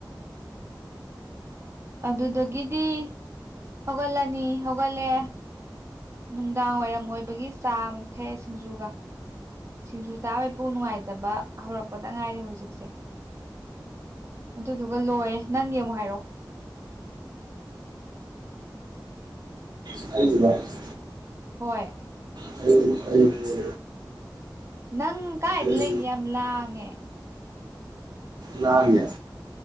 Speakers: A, on the right (about 35°); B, on the right (about 60°).
A: ꯑꯗꯨꯗꯒꯤꯗꯤ ꯍꯧꯒꯠꯂꯅꯤ ꯍꯧꯒꯠꯂꯦ ꯅꯨꯡꯗꯥꯡ ꯋꯥꯏꯔꯝ ꯑꯣꯏꯕꯒꯤ ꯆꯥꯃꯨꯛ ꯊꯛꯑꯦ ꯁꯤꯡꯖꯨꯒ ꯁꯤꯡꯖꯨ ꯆꯥꯕꯩꯄꯨ ꯅꯨꯡꯉꯥꯏꯇꯕ ꯍꯧꯔꯛꯄꯗ ꯉꯥꯏꯔꯦ ꯍꯧꯖꯤꯛꯁꯦ ꯑꯗꯨꯗꯨꯒ ꯂꯣꯏꯔꯦ ꯅꯪꯒꯤ ꯑꯃꯨꯛ ꯍꯥꯏꯔꯛꯑꯣ
B: <unintelligible>
A: ꯍꯣꯏ
B: <unintelligible>
A: ꯅꯪ ꯀꯥꯏꯗ
B: ꯑꯩ
A: ꯂꯩꯒꯦ ꯌꯥꯝ ꯂꯥꯡꯉꯦ
B: ꯂꯥꯡꯒꯦ